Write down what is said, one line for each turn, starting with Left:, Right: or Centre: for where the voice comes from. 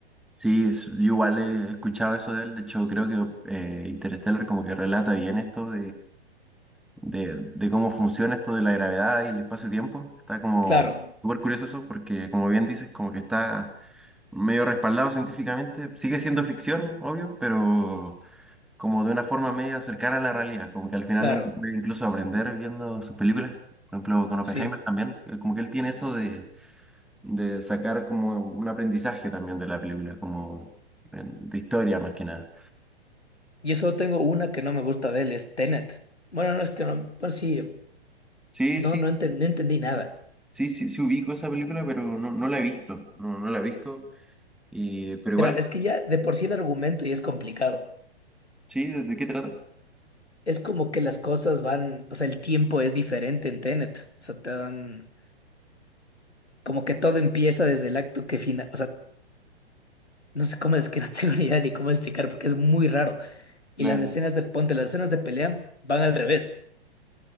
Centre: Sí, es- yo igual he escuchado eso de él. De hecho, creo que eh, Interstellar como que relata bien esto de, de cómo funciona esto de la gravedad y el espacio-tiempo. Está como
Left: Claro,
Centre: súper curioso eso, porque como bien dices, como que está medio respaldado científicamente. Sigue siendo ficción, obvio, pero como de una forma media cercana a la realidad. Como que al final
Left: claro,
Centre: uno puede incluso aprender viendo sus películas. Por ejemplo, con Oppenheimer
Left: sí.
Centre: también, eh, como que él tiene eso de, de sacar como un aprendizaje también de la película, como eh, de historia más que nada.
Left: Yo solo tengo una que no me gusta de él, es Tenet. Bueno, no es que no, pues sí,
Centre: Sí,
Left: no,
Centre: sí,
Left: no enten- no entendí nada.
Centre: sí, sí, sí ubico esa película, pero no, no la he visto. No, no la he visto. Y, pero igual,
Left: Mira, es que ya de por sí el argumento ya es complicado.
Centre: sí, ¿de, de qué trata?
Left: Es como que las cosas van, o sea, el tiempo es diferente en Tenet. O sea, te dan como que todo empieza desde el acto que final, o sea, no sé cómo es que <laughs> no tengo ni idea ni cómo explicar porque es muy raro. Y
Centre: Claro.
Left: las escenas de ponte, las escenas de pelea van al revés.